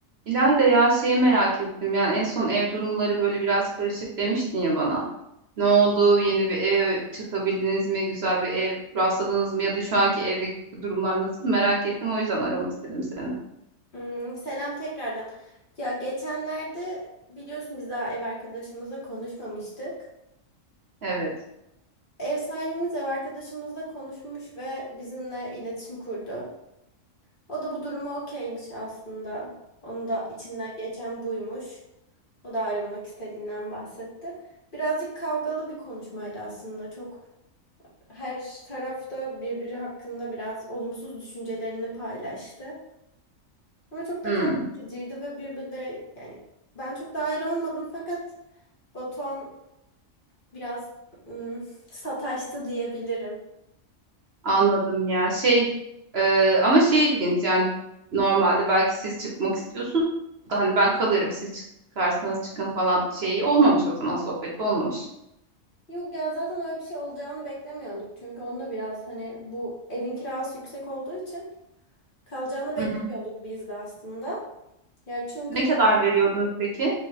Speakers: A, on the right; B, on the left.
A: İlayda ya şeyi merak ettim yani en son ev durumları böyle biraz karışık demiştin ya bana. Ne oldu? Yeni bir ev çıkabildiniz mi? Güzel bir ev rastladınız mı? Ya da şu anki evdeki durumlar nasıl? Merak ettim o yüzden aramak istedim seni.
B: Hmm, selam tekrardan. Ya geçenlerde biliyorsun biz daha ev arkadaşımızla konuşmamıştık.
A: Evet.
B: Ev sahibimiz ev arkadaşımızla konuşmuş ve bizimle iletişim kurdu. O da bu duruma okeymiş aslında. Onun da içinden geçen buymuş. O da ayrılmak istediğinden bahsetti. Birazcık kavgalı bir konuşmaydı aslında. Çok her tarafta birbiri hakkında biraz olumsuz düşüncelerini paylaştı. Ama çok da
A: Hmm,
B: kavgacıydı ve birbirleri yani ben çok dahil olmadım fakat Batuhan biraz ım, sataştı diyebilirim.
A: anladım ya şey e, ama şey ilginç yani normalde belki siz çıkmak istiyorsunuz da hani ben kalırım siz çıkarsanız çıkın falan şeyi olmamış o zaman sohbeti olmamış.
B: Yok ya zaten öyle bir şey olacağını beklemiyorduk. Çünkü onu da biraz hani bu evin kirası yüksek olduğu için kalacağını beklemiyorduk
A: Hı hı.
B: biz de aslında. Yani çünkü
A: Ne
B: ya-
A: kadar veriyordunuz peki?